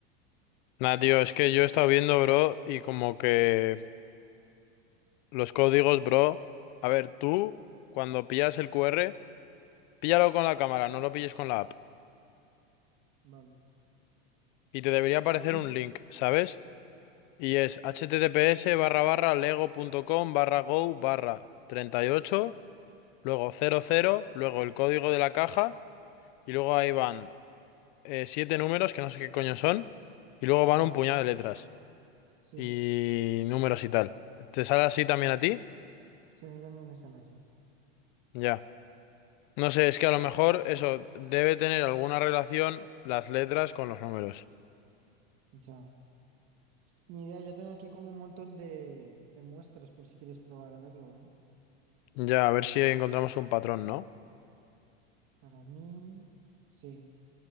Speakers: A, on the left; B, on the right.
A: Nada, tío, es que yo he estado viendo, bro, y como que los códigos, bro. A ver, tú, cuando pillas el QR, píllalo con la cámara, no lo pilles con la app.
B: Vale.
A: Y te debería aparecer
B: Sí,
A: un link, ¿sabes? Y es https barra barra lego punto com barra go barra 38 luego cero cero luego el código de la caja, y luego ahí van eh, siete números que no sé qué coño son, y luego van
B: sí,
A: un puñado de letras
B: sí.
A: y números y tal. ¿Te sale así también a ti?
B: Se me también me sale así.
A: Ya. No sé, es que a lo mejor eso debe tener alguna relación las letras con los números.
B: Ya. Mi idea, yo tengo aquí como un montón de, de muestras por si quieres probar a verlo, ¿eh?
A: Ya, a ver si encontramos un patrón, ¿no?
B: Para mí, sí.